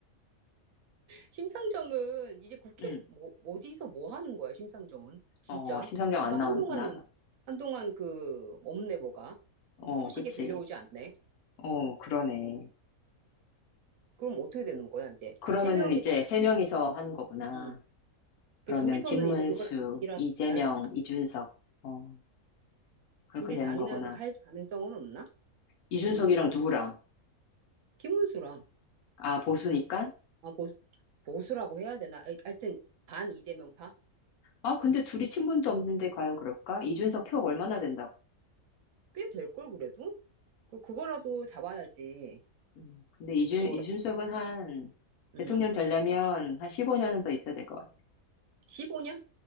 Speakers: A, on the right; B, on the left.
A: 심상정은 이제 국회
B: 음,
A: 뭐 어디서 뭐 하는 거야, 심상정은? 진짜.
B: 어, 심상정
A: 그러니까
B: 안
A: 한동안
B: 나오는구나.
A: 한동안 그 없네 뭐가
B: 어,
A: 소식이
B: 그치.
A: 들려오지 않네.
B: 어, 그러네.
A: 그럼 어떻게 되는 거야, 이제?
B: 그러면은
A: 세 명이
B: 이제
A: 다.
B: 세 명이서 하는 거구나.
A: 음. 그
B: 그러면
A: 둘이서는
B: 김문수,
A: 이제 그걸 아니라
B: 이재명,
A: 안 하려나?
B: 이준석. 어, 그렇게
A: 둘이
B: 되는
A: 단일화
B: 거구나.
A: 할 가능성은 없나?
B: 이준석이랑
A: 김문수.
B: 누구랑?
A: 김문수랑
B: 아, 보수니까?
A: 아 보수, 보수라고 해야 되나? 아이, 하여튼 반 이재명파?
B: 아, 근데 둘이 친분도 없는데 과연 그럴까? 이준석 표가 얼마나 된다고?
A: 꽤 될걸 그래도? 그 그거라도 잡아야지.
B: 음, 근데 이준,
A: 그거랑.
B: 이준석은 한,
A: 음.
B: 대통령 되려면 한 15년은 더 있어야 될 것 같아.
A: 15년?